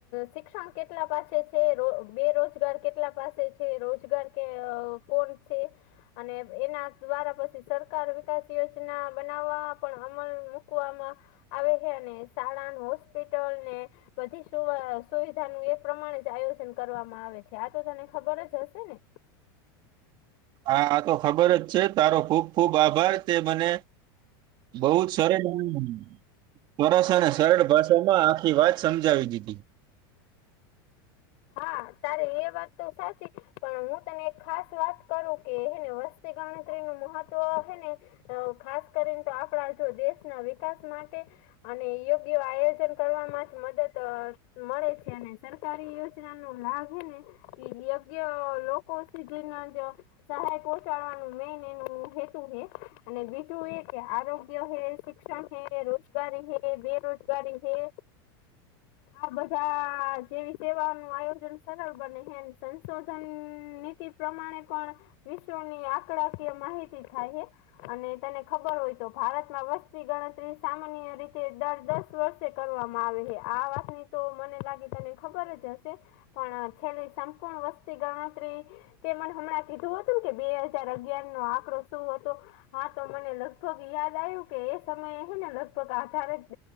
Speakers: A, on the left; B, on the right.
A: શિક્ષણ કેટલા પાસે છે. બેરોજગાર કેટલા પાસે છે. છે રોજગાર કે કોણ છે. અને એના દ્વારા પછી સરકાર વિકાસ યોજના બનાવવા પણ અમલ મૂકવામાં આવે હે. અને શાળાન હોસ્પિટલ ને, બધી સુવિધા નું એ પ્રમાણે જ આયોજન કરવામાં આવે છે. આ તો તને ખબર જ હશે ને,
B: હા તો ખબર જ છે. તારો ખૂબ ખુબ આભાર તે મને, બઉ જ સરળોરા સરસ અને સરળ ભાષામાં આખી વાત સમજાવી દીધી.
A: હા તારે એ વાત તો સાચી પણ હું તને એક ખાસ વાત કરું કે હેને વસ્ત તિ ગણતરી નું મહત્વ હ ને, ખાસ કરીને તો આપડા જો દેશના વિકાસ માટે અને યોગ્ય આયોજન કરવાવામાં જ મદદ મળે છે. અને સરકારી યોજ નો લાભહે ને કે યોગ્ય લોકો સધીના જ સહાય પહોચાડવાનું મેન એનું હેતુ હ. અને બીજું એ કે આરોગ્ય હે શિક્ષણ હૈ રોજગારી હૈ. બેરોજગારી હૈ. આ બધા જેવી સેવાનું આયોજન સરળ બને છે. સંશોધન નીતિ પ્રમાણે પણ વિશ્વની આંકડાકીય માહિતી થાય હે. અને તને ખબર હોય તો ભારતમાં વસ્તી ગણતરી સામાન્ય રીતે દર દસ વર્ષ કરવામાં આવે હ આ વાતની તો મને લાગે તને ખબર જ હશે. પણ છેલ્લી સંપૂર્ણ વસ્તી ગણતરી, તે મને હમણાં કીધું હતું કે બે હાજાર અગિયાર નો આંકડો શું હતો. હા તો મને લગભગ યાદ આવ્યું કે એ સમયે હ ને લગભગ આધારિત